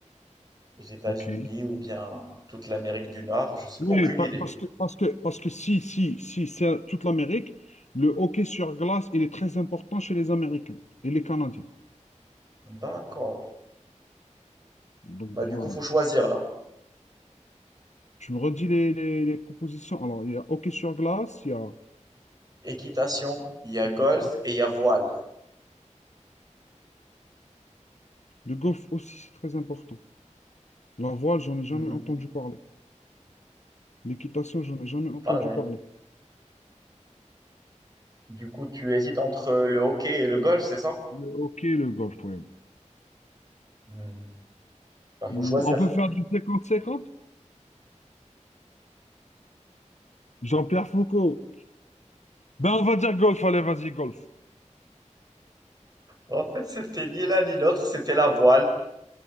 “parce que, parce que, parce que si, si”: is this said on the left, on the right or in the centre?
Left